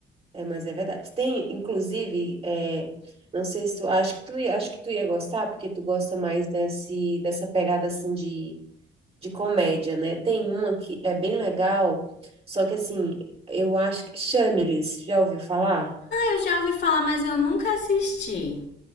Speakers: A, on the right (about 30°); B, on the left (about 55°).
A: É, mas é verdade. Tem, inclusive, é, não sei se tu, acho que tu ia, acho que tu ia gostar, porque tu gosta mais desse, dessa pegada, assim, de, de comédia, né? Tem uma que é bem legal, só que, assim, eu acho que... Chamelis, já ouviu falar?
B: Eu já ouvi falar, mas eu nunca assisti.